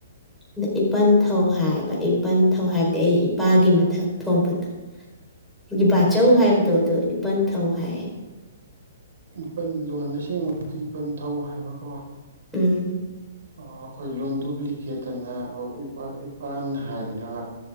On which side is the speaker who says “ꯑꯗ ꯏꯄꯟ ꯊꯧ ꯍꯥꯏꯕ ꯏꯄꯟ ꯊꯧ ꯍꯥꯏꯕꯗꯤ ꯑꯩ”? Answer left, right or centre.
Centre